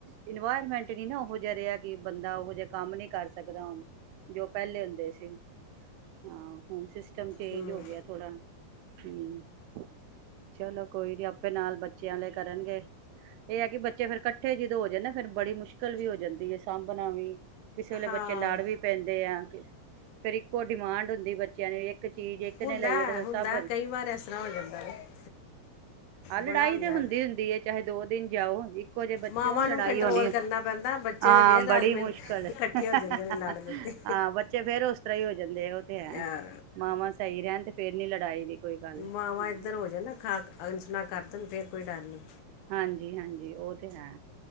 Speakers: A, on the right (about 85°); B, on the left (about 70°).
A: ਇਨਵਾਇਰਮੈਂਟ ਨੀ ਨਾ ਉਹ ਜਿਹਾ ਰਿਹਾ ਕਿ ਬੰਦਾ ਉਹ ਜਿਹਾ ਕੰਮ ਨਹੀ ਕਰ ਸਕ ਸਕਦਾ ਹੁਣ, ਜੋ ਪਹਿਲੇ ਹੁੰਦੇ ਸੀ। ਹਾਂ, ਹੁਣ ਸਿਸਟਮ ਚੇਂਜ
B: ਹੂੰ
A: ਹੋ ਗਿਆ ਥੋੜ੍ਹਾ ਠੀਕ ਚਲੋ ਕੋਈ ਨੀ ਆਪੇ ਨਾਲ ਬੱਚਿਆਂ ਨਾਲੇ ਕਰਨਗੇ, ਇਹ ਆ ਕਿ ਬੱਚੇ ਫੇਰ ਇਕੱਠੇ ਜਿਦੋਂ ਹੋ ਜਾਣ ਨਾ ਫੇਰ ਬੜੀ ਮੁਸ਼ਕਿਲ ਵੀ ਹੋ ਜਾਂਦੀ ਹੈ ਸਾਂਭਣਾ ਵੀ ਕਿਸੇ ਵੇਲੇ
B: ਹਾਂ
A: ਬੱਚੇ ਲੜ ਵੀ ਪੈਂਦੇ ਆ ਕੇ ਫੇਰ ਇੱਕੋ ਡਿਮਾਂਡ ਹੁੰਦੀ ਬੱਚਿਆਂ ਨੇ ਇੱਕ ਚੀਜ਼ ਇੱਕ
B: ਹੁੰਦਾ
A: ਨੇ ਲਈਏ ਤੇ
B: ਹੈ,
A: ਫਿਰ
B: ਹੁੰਦਾ
A: ਸਭ <inaudible> ਹੂੰ
B: ਹੈ, ਕਈ ਵਾਰ ਇਸ ਤਰ੍ਹਾਂ ਹੋ ਜਾਂਦਾ ਹੈ
A: ਆਹ ਲੜਾਈ
B: ਬੜਾ ਹੁੰਦਾ
A: ਤੇ ਹੁੰਦੀ-
B: ਹੈ।
A: ਹੁੰਦੀ ਚਾਹੇ ਦੋ ਦਿਨ ਜਾਓ, ਇੱਕੋ ਜਿਹੇ ਬੱਚੇ
B: ਮਾਵਾਂ
A: ਹੋ ਲੜਾਈ
B: ਨੂੰ ਕੰਟਰੋਲ
A: ਹੋਣੀ
B: ਕਰਨਾ ਪੈਂਦਾ ਬੱਚੇ
A: ਹਾਂ
B: ਤੇ ਫੇਰ ਰਲ
A: ਬੜੀ
B: ਮਿਲ
A: ਮੁਸ਼ਕਿਲ,
B: ਕੇ
A: ਹਾਂ-ਹਾਂ
B: ਇਕੱਠੇ ਹੋ ਜਾਂਦੇ ਨੇ ਲੜ ਲੜ ਕੇ
A: ਹਾਂ ਬੱਚੇ ਫੇਰ ਉਸ <unintelligible> ਜਾਂਦੇ ਉਹ ਤੇ ਹੈ,
B: ਹਾਂ,
A: ਮਾਵਾਂ ਸਹੀ ਰਹਿਣ ਤੇ ਫਿਰ ਨੀ ਲੜਾਈ ਦੀ ਕੋਈ ਗੱਲ
B: ਮਾਵਾਂ
A: ਹਾਂ
B: ਇੱਧਰ ਹੋ ਜਾਨਾ ਖਾ ਅਣਸੁਣਾ ਕਰਦੇ ਦਿੰਦੇ ਫਿਰ ਕੋਈ ਡਰ ਨਹੀਂ
A: ਹਾਂਜੀ, ਹਾਂਜੀ ਉਹ ਤੇ ਹੈ।